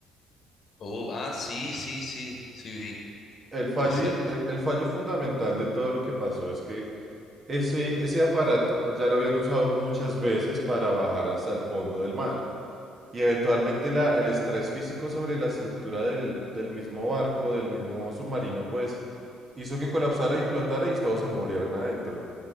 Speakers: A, on the left; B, on the right.
A: Oh, ah, sí, sí, sí, sí vi.
B: El fallo,
A: Sí es cierto.
B: in- el, el fallo fundamental de todo lo que pasó es que ese, ese aparato ya lo habían usado muchas veces para bajar hasta el fondo del mar. Y eventualmente la, el estrés físico sobre la estructura del, del mismo barco, del mismo submarino, pues hizo que colapsara y flotara y todos se murieran adentro.